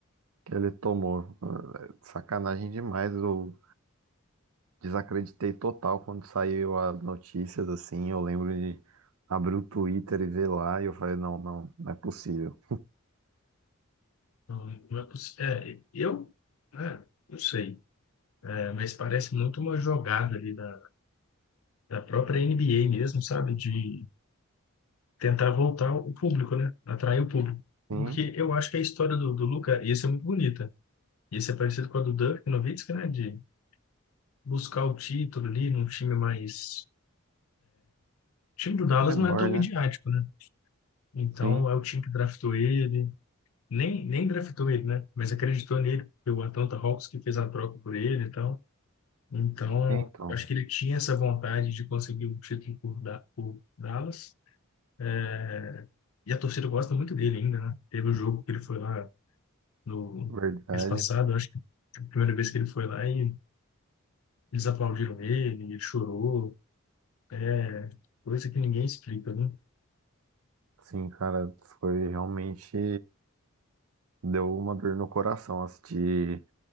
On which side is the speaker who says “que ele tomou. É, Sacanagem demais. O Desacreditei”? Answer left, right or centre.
Right